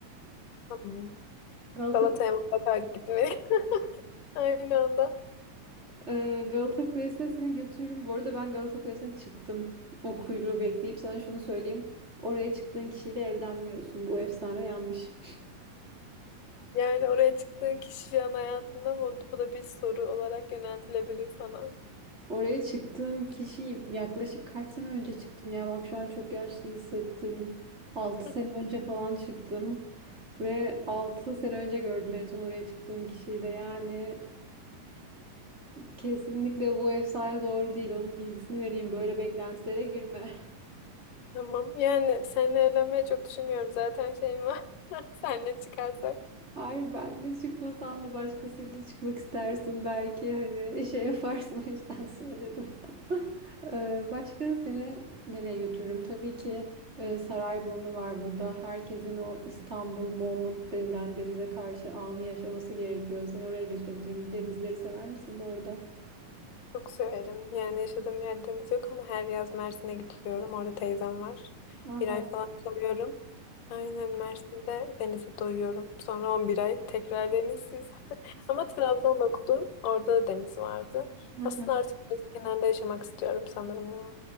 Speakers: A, on the left; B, on the right.
A: Tamam.
B: Galata
A: Galata'ya mutlaka gitmeye. <laughs> Aynı anda.
B: Ee, Galata Kulesi'ne seni götürürüm. Bu arada ben Galata Kulesi'ne çıktım. O kuyruğu bekleyip sana şunu söyleyeyim. Oraya çıktığın kişiyle evlenmiyorsun. Bu efsane yanlış.
A: Yani oraya çıktığın kişi şu an hayatında mı? Bu da bir soru olarak yöneltilebilir sana.
B: Oraya çıktığım kişi yaklaşık kaç sene önce çıktım ya. Bak şu an çok yaşlı hissettim. 6
A: <laughs>
B: sene önce falan çıktım. Ve 6 sene önce gördüm en son oraya çıktığım kişiyi de. Yani kesinlikle bu efsane doğru değil. Onun bilgisini vereyim. Böyle beklentilere girme.
A: Tamam. Yani seninle evlenmeyi çok düşünmüyorum. Zaten şeyim var. <laughs> Seninle çıkarsak
B: Hayır ben de çıkmasan da başkasıyla çıkmak istersin belki hani şey yaparsın <laughs> o yüzden söyledim. <laughs> Ee, Başka seni nereye götürürüm? Tabii ki e, Sarayburnu var burada. Herkesin o İstanbul moment denilen denize karşı anı yaşaması gerekiyor. Seni oraya götürebilirim. Denizleri sever misin bu arada?
A: çok severim. Yani yaşadığım yer deniz yok ama her yaz Mersin'e gidiyorum. Orada teyzem var.
B: Aha.
A: Bir ay falan kalıyorum. Aynen Mersin'de denize doyuyorum. Sonra 11 ay tekrar denizsiz. <laughs> Ama Trabzon'da okudum. Orada da deniz vardı.
B: <laughs>
A: Aslında artık deniz kenarında yaşamak istiyorum sanırım ya.